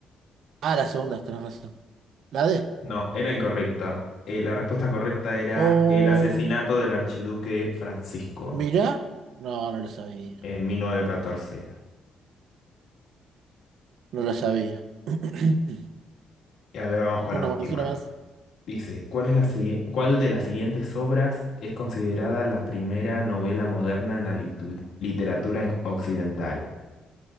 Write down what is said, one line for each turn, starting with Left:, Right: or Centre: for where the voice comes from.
Right: Ah, la segunda, tenés razón. La D.
Left: No, era incorrecta. Eh, la respuesta correcta era
Right: Oh,
Left: el asesinato del archiduque Francisco
Right: mirá. No, no lo sabía.
Left: en mil novecientos catorce
Right: No lo sabía. <clears throat>
Left: Y a ver, vamos con la
Right: Una
Left: última.
Right: más, una más.
Left: Dice, ¿cuál es la, sigui- cuál de las siguientes obras es considerada la primera novela moderna en la litu- literatura en- occidental?